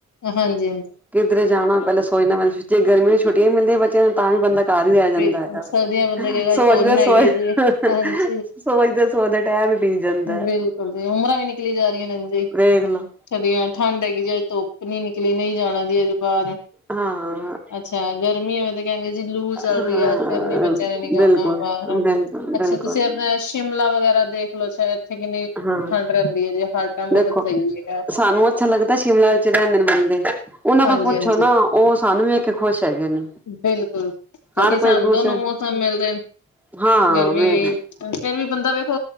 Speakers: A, on the left; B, in the centre.
A: ਹਾਂਜੀ ਹਾਂਜੀ
B: ਕਿੱਧਰੇ ਜਾਣਾ ਪੈਲ ਸੋਚਣਾ ਪੈਂਦਾ, ਗਰਮੀਆਂ ਛੱਟੀਆਂ ਮਿਲਦੀਆਂ ਬੱਚਿਆਂ ਨੂੰ। ਤਾਂ ਵੀ ਬੰਦਾ ਘਰ ਹੀ ਰੈ ਜਾਂਦਾ
A: ਬਿਲਕੁਲ
B: ਹੈਗਾ
A: ਸਰਦੀਆਂ ਬੰਦੇ ਕਹੇਗਾ ਅੱਜ
B: ਸੋਚਦੇ
A: ਧੁੰਨ
B: ਸੋਚ।
A: ਹੈਗੀ ਹੈ ਜੀ ਹਾਂਜੀ
B: ਸੋਚਦੇ ਸੋਚਦੇ ਟੈਮ ਪੀ ਹੀ। ਜਾਂਦਾ
A: ਬਿਲਕੁਲ ਜੀ ਉਮਰਾਂ ਵੀ ਨਿਕਲੀ ਜਾ ਰਹੀਆਂ ਨੇ ਜੀ
B: ਵੇਖ ਲੋ
A: ਸਾਡੀਆ ਠੰਡ ਹੈਗੀ ਜੀ ਅੇ ਧੁੱਪ ਨਹੀਂ ਨਿਕਲੀ ਨਹੀਂ ਜਾਣਾ ਦੀ ਅਜੇ ਬਾਹਰ।
B: ਹਾਂ
A: ਅੱਛਾ ਗਰਮੀ ਐਵੇਂ ਤੇ ਕਹਿਣਗੇ ਜੀ ਲੂ ਚੱਲ
B: ਹਾਂ
A: ਰਹੀ ਹੈ, ਅੱਜ ਫਿਰ ਨੀ ਬੱਚਿਆਂ ਨੇ ਨਿਕਲਨਾ
B: ਬਿਲਕੁਲ
A: ਬਾਹਰ।
B: ਬਿਲਕੁਲ
A: ਅੱਛਾ
B: ਬਿਲਕੁਲ
A: ਤੁਸੀਂ ਆਪਣਾ ਸ਼ਿਮਲਾ ਵਗੈਰਾ ਦੇਖਲੋ ਸ਼ਾਇਦ। ਇੱਥੇ ਕਿੰਨੀ
B: ਹਾਂ
A: ਠੰਡ ਰਹਿੰਦੀ ਹੈ ਜੇ ਹਰ ਟਾਈਮ ਮੌਸਮ
B: ਦੇਖੋ
A: ਸਹੀ ਹੈਗਾ
B: ਸਾਨੂੰ ਅੱਛਾ ਲੱਗਦਾ ਸ਼ਿਮਲਾ ਵਿੱਚ ਰਹਦੇ ਨੇ ਬੰਦੇ। ਉਹਨਾਂ
A: ਹਾਂਜੀ-ਹਾਂਜੀ
B: ਕੋਲ ਪੁੱਛੋ ਨਾ ਉਹ ਸਾਨੂੰ ਵੇਖ ਕੇ ਖੁਸ਼ ਹੈਗੇ ਨੇ।
A: ਬਿਲਕੁਲ ਕਿਉਂਕਿ
B: ਹਰ ਕੋਈ
A: ਸਾਨੂੰ
B: ਇੱਕ ਦੂਸਰੇ
A: ਦੋਨੋ ਮੌਸਮ ਮਿਲਦੇ ਨੇ।
B: ਹਾਂ
A: ਗਰਮੀ
B: <unintelligible>
A: ਵੀ ਫੇਰ ਵੀ ਬੰਦਾ ਵੇਖੋ